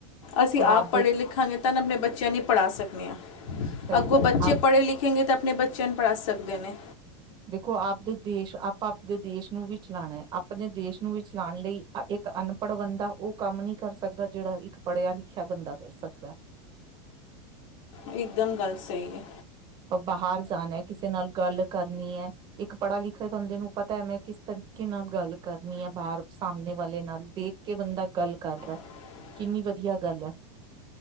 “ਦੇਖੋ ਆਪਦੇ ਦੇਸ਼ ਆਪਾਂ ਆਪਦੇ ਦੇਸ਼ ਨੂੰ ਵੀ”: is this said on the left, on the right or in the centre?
Right